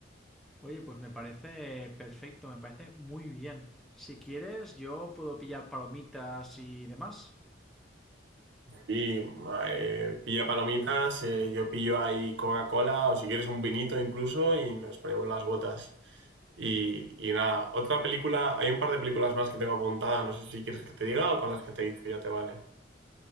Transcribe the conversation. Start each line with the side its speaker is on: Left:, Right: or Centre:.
Centre: Oye, pues me parece perfecto, me parece muy bien. Si quieres, yo puedo pillar palomitas y demás.
Right: Y eh, pilla palomitas, eh, yo pillo ahí Coca-Cola o si quieres un vinito incluso y nos ponemos las botas. Y, y nada, otra película, hay un par de películas más que tengo apuntada, no sé si quieres que te diga o con las que te he dicho ya te vale.